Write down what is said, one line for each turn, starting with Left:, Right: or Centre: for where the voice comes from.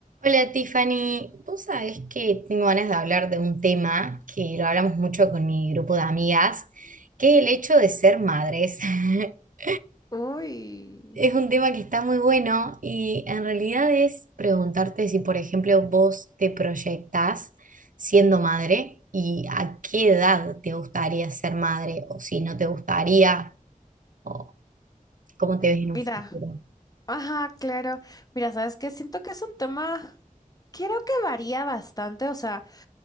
Right: Hola Tiffany, vos sabés que tengo ganas de hablar de un tema que lo hablamos mucho con mi grupo de amigas, que es el hecho de ser madres. <laughs>
Left: Uy,
Right: Es un tema que está muy bueno y en realidad es preguntarte si, por ejemplo, vos te proyectás siendo madre y a qué edad te gustaría ser madre o si no te gustaría o cómo te ves
Left: mira,
Right: en un futuro.
Left: ajá, claro. Mira, ¿sabes qué? Siento que es un tema, creo que varía bastante, o sea,